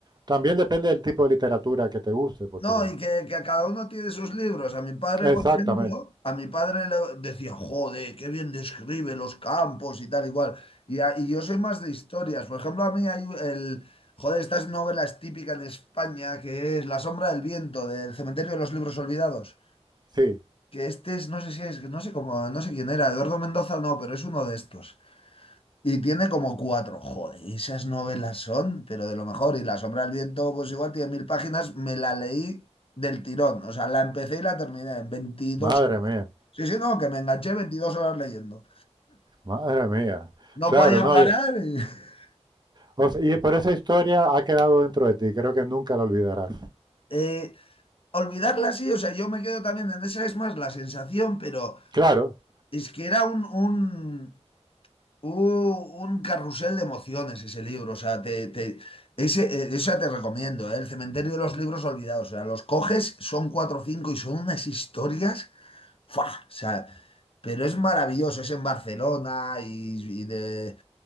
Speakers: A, on the right; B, on the left.
A: También depende del tipo de literatura que te guste, porque...
B: No, y que, que a cada uno tiene sus libros. A mi padre, por
A: Exactamente,
B: ejemplo, a mi padre le decía, joder, qué bien describe los campos y tal y cual. Y, a- y yo soy más de historias. Por ejemplo, a mí hay el, joder, estas novelas típicas de España, que es La sombra del viento, del Cementerio de los Libros Olvidados.
A: sí.
B: que este es, no sé si es, no sé cómo, no sé quién era, Eduardo Mendoza no, pero es uno de estos. Y tiene como cuatro, joder, esas novelas son, pero de lo mejor. Y La sombra del viento, pues igual tiene mil páginas, me la leí del tirón. O sea, la empecé y la terminé en veintidós
A: Madre
B: horas.
A: mía,
B: Sí, sí, no, que me enganché 22 horas leyendo.
A: madre mía.
B: No
A: Claro,
B: podía
A: no.
B: parar.
A: Y,
B: y- <laughs>
A: o sea, y por esa historia ha quedado dentro de ti, creo que nunca la olvidarás.
B: Eh, olvidarla sí, o sea, yo me quedo también en esa, es más la sensación, pero
A: Claro.
B: es que era un, un- Uh, un carrusel de emociones ese libro, o sea, te, te- ese, eh, esa te recomiendo, ¿eh? El cementerio de los libros olvidados, o sea, los coges, son cuatro o cinco y son unas historias, ¡fua! O sea, pero es maravilloso, es en Barcelona y, y de,